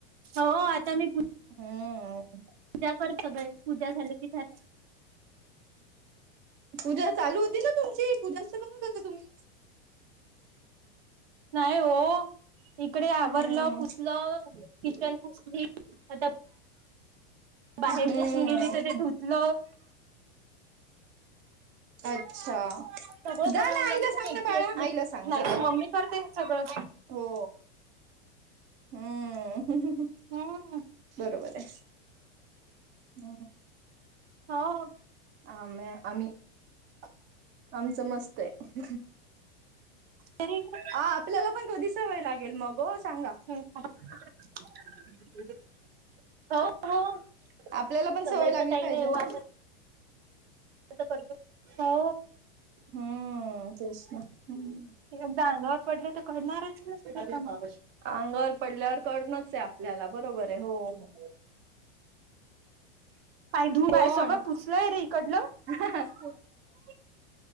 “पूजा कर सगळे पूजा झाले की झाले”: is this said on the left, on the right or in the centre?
Right